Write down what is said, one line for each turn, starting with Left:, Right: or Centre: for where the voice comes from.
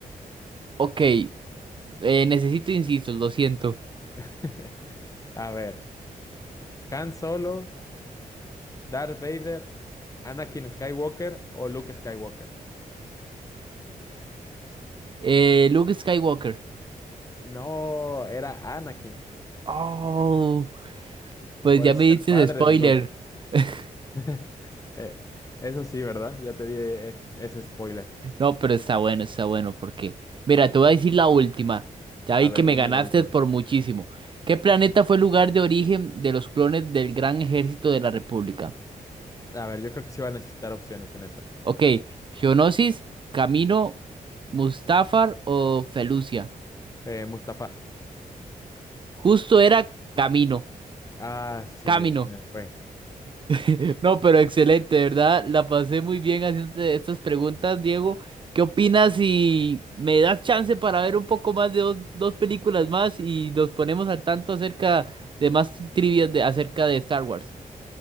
Right: ok, eh, necesito insisto, lo siento.
Left: <laughs> A ver, Han Solo, Darth Vader, Anakin Skywalker o Luke Skywalker.
Right: Eh, Luke Skywalker.
Left: No, era Anakin.
Right: Oh, pues
Left: Por
Right: ya
Left: eso
Right: me
Left: es
Right: dices
Left: el padre
Right: spoiler.
Left: de Luke.
Right: <laughs>
Left: <laughs> Eh, eso sí, ¿verdad? Ya te di eh, ese spoiler.
Right: No, pero está bueno, está bueno, porque, mira, te voy a decir la última. Ya vi
Left: A ver,
Right: que me
Left: dime
Right: ganaste
Left: la última.
Right: por muchísimo. ¿Qué planeta fue el lugar de origen de los clones del Gran Ejército de la República?
Left: A ver, yo creo que sí va a necesitar opciones en esta.
Right: Ok, Geonosis, Camino, Mustafar o Felucia.
Left: Eh, Mustafa.
Right: Justo era Camino,
Left: Ah, se,
Right: Camino.
Left: se me fue.
Right: <laughs> No, pero excelente, ¿verdad? La pasé muy bien haciéndote estas preguntas, Diego. ¿Qué opinas si me das chance para ver un poco más de dos, dos películas más y nos ponemos al tanto acerca de más trivias de, acerca de Star Wars?